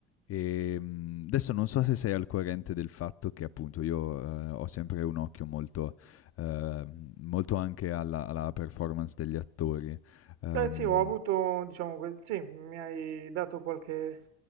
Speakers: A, on the left; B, on the right.
A: E mh, adesso non so se sei al corrente del fatto che appunto io eh, ho sempre un occhio molto, eh, molto anche alla, alla performance degli attori ehm,
B: Beh sì, ho avuto, diciamo, que- sì, mi hai dato qualche